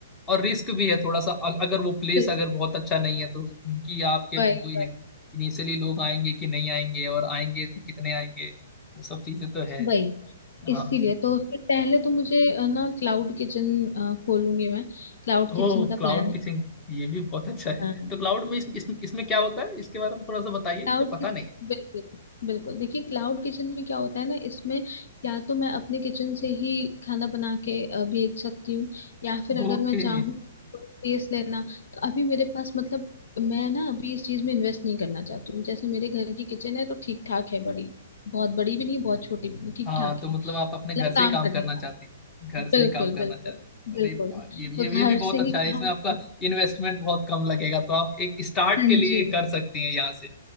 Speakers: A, on the left (about 20°); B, on the left (about 80°).
A: और रिस्क भी है थोड़ा सा अ- अगर वो प्लेस
B: तो इस-
A: अगर बहुत अच्छा नहीं है तो क्योंकि आपके
B: वही
A: वही
B: वही
A: है कि इनिशियली लोग आएंगे कि नहीं आएंगे और आएंगे तो कितने आएंगे वो सब चीजें तो है
B: वही इसीलिए
A: हाँ
B: तो फिर पहले तो मुझे अ, ना क्लाउड किचन खोलूंगी मैं क्लाउड
A: ओ
B: किचन का
A: क्लाउड
B: प्लान है
A: किचन ये भी बहुत अच्छा है
B: हाँ
A: तो क्लाउड में इस, इस, इसमें क्या होता है इसके बारे में थोड़ा सा बताइए मुझे
B: क्लाउड
A: पता
B: कि-
A: नहीं है
B: बिल्कुल बिल्कुल देखिए क्लाउड किचन में क्या होता है ना इसमें या तो मैं अपने किचन से ही खाना बना के अ, भेज सकती हूँ या फिर अगर
A: ओके
B: मैं चाहूँ टेस्ट लेना तो अभी मेरे पास मतलब मैं ना अभी इस चीज में इन्वेस्ट नहीं करना चाहती हूँ जैसे मेरे घर की किचन है तो ठीक ठाक है बड़ी बहुत बड़ी भी नहीं बहुत छोटी भी नहीं ठीक
A: हाँ
B: ठाक
A: तो
B: है
A: मतलब
B: मतलब
A: आप अपने घर से
B: काम
A: ही काम
B: करने
A: करना
B: लायक
A: चाहते हैं घर से
B: बिल्कुल
A: ही काम करना
B: बिल्कुल
A: चाहते
B: बिल्कुल
A: हैं अरे वाह, ये ये
B: तो घर
A: ये भी बहुत
B: से
A: अच्छा
B: ही
A: है
B: काम
A: इसमें आपका
B: करना।
A: इन्वेस्टमेंट बहुत कम लगेगा तो आप एक स्टार्ट
B: हाँ
A: के लिए
B: जी
A: कर सकते हैं यहाँ से